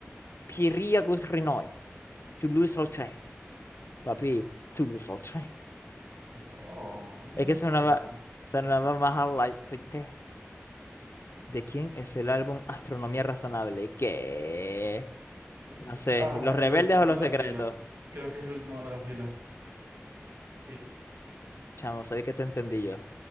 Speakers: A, on the left; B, on the right.
A: Пирия гус реной. Тулуз-Лаутрек. Papi, Toulouse-Lautrec.
B: Bro, ¿cómo
A: Es que
B: vas
A: sonaba,
B: a saber eso?
A: sonaba más a Light Toite. ¿De quién es el álbum Astronomía Razonable? ¿Qué?
B: Los-
A: No sé,
B: Ah,
A: ¿Los
B: el
A: Rebeldes
B: último
A: o
B: de
A: Los
B: la
A: Secretos?
B: fila. Creo que es el último de la fila. Sí,
A: Chamo, ¿sabes qué te entendí yo?